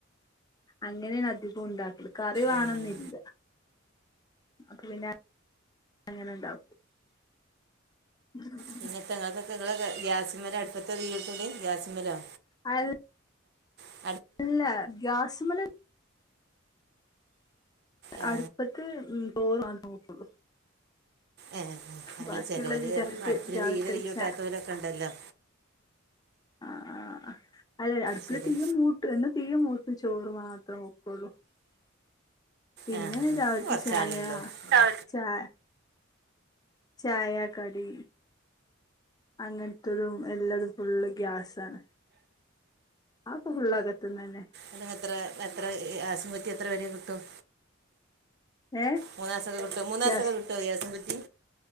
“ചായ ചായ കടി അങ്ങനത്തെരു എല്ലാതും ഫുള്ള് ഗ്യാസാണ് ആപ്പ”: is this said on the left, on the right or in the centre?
Left